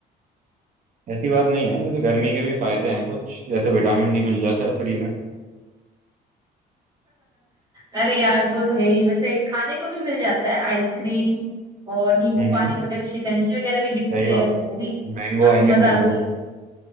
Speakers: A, on the right; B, on the right.
A: ऐसी बात नहीं है वैसे गर्मी के भी फायदे हैं कुछ जैसे विटामिन डी मिल जाता है फ्री में
B: अरे यार वो तो है ही वैसे खाने को भी मिल जाता है आइसक्रीम और नींबू
A: हम्म
B: पानी
A: हम्म,
B: वगैरह शिकंजी वगैरह भी बिकती
A: सही
B: है
A: बात
B: वो
A: है
B: भी काफी
A: मैंगो आएंगे
B: मजा
A: मैंगो
B: आती है